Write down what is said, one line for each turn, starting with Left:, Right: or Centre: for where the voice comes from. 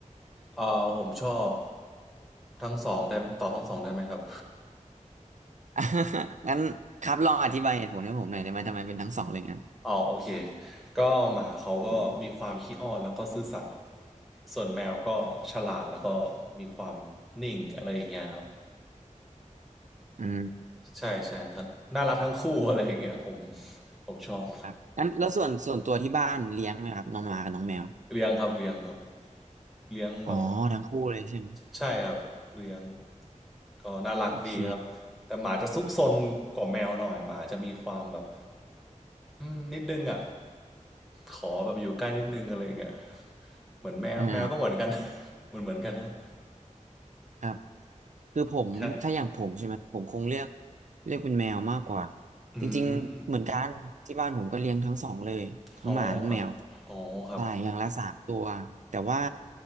Centre: เอ่อผมชอบทั้งสองได้ต่อทั้งสองได้ไหมครับ
Right: <laughs> งั้นครับลองอธิบายเหตุผลให้ผมหน่อยได้ไหมทำไมเป็นทั้งสองเลยงั้น
Centre: <laughs> อ๋อโอเคก็หมาเขาก็มีความขี้อ้อนแล้วก็ซื่อสัตย์ส่วนแมวก็ฉลาดแล้วก็มีความนิ่งอะไรอย่างเงี้ยครับ
Right: อืม
Centre: ใช่ใช่ครับน่ารักทั้งคู่อะไรอย่างเงี้ยผมผมชอบ
Right: ครับงั้นแล้วส่วนส่วนตัวที่บ้านเลี้ยงไหมครับน้องหมากับน้องแมว
Centre: เลี้ยงครับเลี้ยงครับเลี้ยงแบบ
Right: อ๋อทั้งคู่เลยใช่ไหม
Centre: ใช่ครับเลี้ยงก็น่ารักดีครับแต่หมาจะซุกซนกว่าแมวหน่อยหมาจะมีความแบบ
Right: โอเค
Centre: อืมนิดนึงอ่ะขอแบบอยู่ใกล้นิดนึงอะไรอย่างเงี้ยเหมือนแมวแมวก็เหมือนกัน
Right: อ่า
Centre: <laughs> เหมือนเหมือนกันครับ
Right: ครับคือผมถ้าอย่างผมใช่ไหมผมคงเลือก
Centre: ครับ
Right: เลือกเป็นแมวมากกว่า
Centre: อื
Right: จริงๆเหมือนกันที่บ้านผมก็เลี้ยงทั้งสองเลยทั้งหมาทั้งแมว
Centre: มอ๋อครับอ๋อครับ
Right: ใช่อย่างละสามตัวแต่ว่า